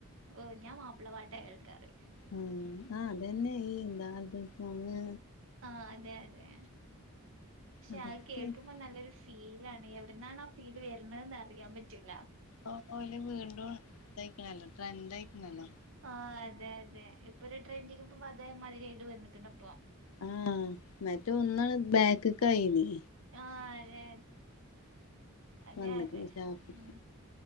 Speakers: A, on the right (about 60°); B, on the left (about 70°).
A: ഓഹ് ഞാൻ മാപ്പിളപ്പാട്ടാ കേൾക്കാറ്.
B: ആഹ് അതന്നെ ഈ എന്താ ദിവസങ്
A: ആഹ് അതെ അതെ, പക്ഷെ
B: അതൊക്കെ
A: അത് കേൾക്കുമ്പോ
B: കേക്കും
A: നല്ലൊരു ഫി ഫീൽ ആണ് എവിടന്നാണ് ആ ഫീല് വരുന്നതെന്ന് അറിയാൻ പറ്റൂല്ല.
B: ഇപ്പൊ ല വീണ്ടും ഇതായിക്ണല്ലോ ട്രെൻഡയിക്കണല്ലോ.
A: ആഹ് അതെ അതെ ഇപ്പൊ ഒരു ട്രെൻറ്റിംഗ് ഇപ്പോ അതേ മതിരായിട്ട് വന്നിക്ക്ണ് ഇപ്പൊ
B: ആഹ് മറ്റേ ഒന്ന് ബാക്കിക്ക്ആയിനി
A: ആഹ് അതെ അതെ
B: വന്നിക്ക്ണ്
A: അതെ അതെ
B: ഷാഫി
A: മ്മ്